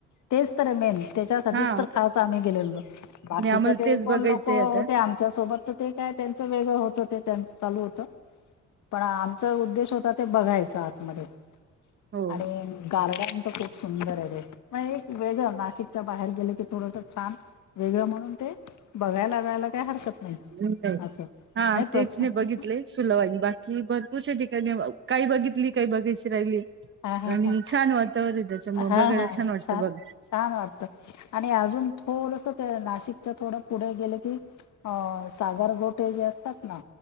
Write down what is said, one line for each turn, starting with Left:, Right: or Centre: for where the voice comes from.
Left: तेच तर मेन ये. त्याच्यासाठीच
Right: हा
Left: तर खास आम्ही गेलेलो, बाकीच्या
Right: आणि आम्हाला
Left: ते
Right: तेच
Left: कोण
Right: बघायचंय
Left: लोक होते,
Right: आता
Left: आम च्या सोबत तर ते काय त्यांचं वेगळं होतं, ते त्यांच चालू होतं. पण आमचा उद्देश होता ते बघायच आतमध्ये
Right: हो.
Left: आणि गार्डन तर खूप सुंदर आहे रे, मग एक वेगळं नाशिकच्या बाहेर गेले की थोडस छान वेगळ म्हणून ते बघायला जायला काय हरकत नाही.
Right: <inaudible>
Left: असं
Right: हा
Left: आणि प्रस
Right: तेच नाही
Left: हां
Right: बघितले. सुलवाईन, बाकी भरपूश्या ठिकाणी, काही बघितली काही बघायची राहिली.
Left: हां
Right: आणि
Left: हां
Right: छान वातावरण आहे, त्याच्यामुळ
Left: हां
Right: बघायला
Left: हां
Right: छान वाटत बघ.
Left: छान वाटत, आणि अजून थोडस ते नाशिकच्या थोडं पुढे गेलं की अ सागर गोटे जे असतात ना